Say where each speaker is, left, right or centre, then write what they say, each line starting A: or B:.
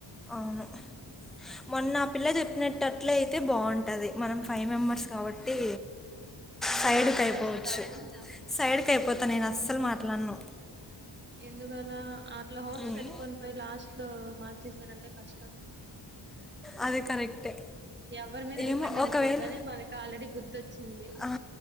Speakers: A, in the centre; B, on the right.
A: అవును మొన్న ఆ పిల్ల చెప్పినటట్ల అయితే బాగుంటది మనం అయినా మాస్క్ కొట్టి సైడకి
B: నువ్వు మాట్లాడేస్తావు
A: అయిపోవచ్చు సైడ్కి అయిపోత నేను అస్సలు మాట్లాడను
B: ఎందుకలా అట్లా హోప్స్
A: మ్మ్.
B: పెట్టుకొని పోయి లాస్ట్ లో మార్చేశారంటే కష్టం
A: అది కరెక్టే
B: ఎవరి మీద
A: ఏమో
B: డిపెండ్ అవ్వకూడదని
A: ఒకవేళ
B: మనకి ఆల్రెడీ బుద్ధి వచ్చింది
A: ఆ